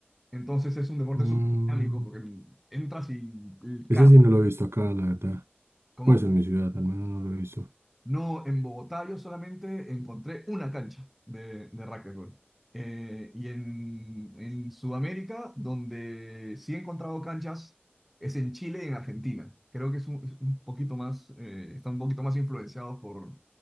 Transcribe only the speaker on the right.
Mm,
ese
sí no lo he visto acá, la verdad.
Pues en mi ciudad, al menos no lo he visto.